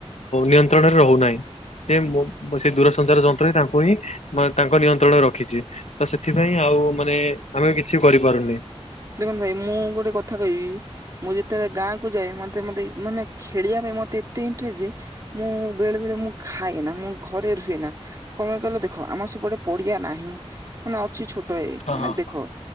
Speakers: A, on the left; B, on the right.
A: ନିୟନ୍ତ୍ରଣରେ ରହୁନି। ସେ ସେ ଦୂରସଞ୍ଚାର ଯନ୍ତ୍ରରେ ତାଙ୍କୁ ହିଁ ତାଙ୍କ ନିୟନ୍ତ୍ରଣରେ ରଖିଚି। ତ ସେଥିପାଇଁ ଆଉ ମାନେ ଆମେ ବି କିଛି କରିପାରୁନି।
B: ଦେଖନ୍ତୁ ଭାଇ ମୁଁ ଗୋଟେ କଥା କହିବି ମୁଁ ଯେତେବେଳେ ଗାଁକୁ ଯାଏ ମତେ ମତେ ମାନେ ଖେଳିବା ମେତେ ଏତେ ଇନ୍ତ୍ରେଷ୍ଟ ମୁଁ ବେଳେ ବଳେ ମୁଁ ଖାଏ ନା ମୁ ଘରେ ରୁହେ ନା କଣେ କଣ ଦେଖ ଆମର ସେପଟେ ପଡିଆ ନାହିଁ ମାନେ ଅଛି ଛୋଟ ଏଇ
A: ହଁ
B: ମାନେ
A: ହଁ।
B: ଦେଖ